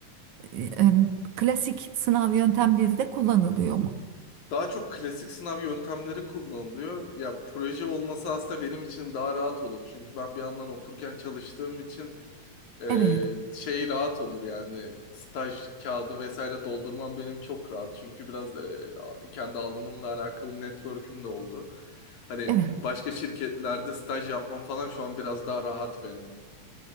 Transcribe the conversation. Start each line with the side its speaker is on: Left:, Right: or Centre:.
Right: e, e, klasik sınav yöntemleri de kullanılıyor mu?
Left: Daha çok klasik sınav yöntemleri kullanılıyor. Ya proje olması aslında benim için daha rahat olur. Çünkü ben bir yandan okurken çalıştığım için e,
Right: Evet,
Left: şey rahat olur yani staj kağıdı vesaire doldurmam benim çok rahat. Çünkü biraz e, a- kendi alanımla alakalı network'üm de oldu. Hani
Right: evet,
Left: başka şirketlerde staj yapmam falan şu an biraz daha rahat benim.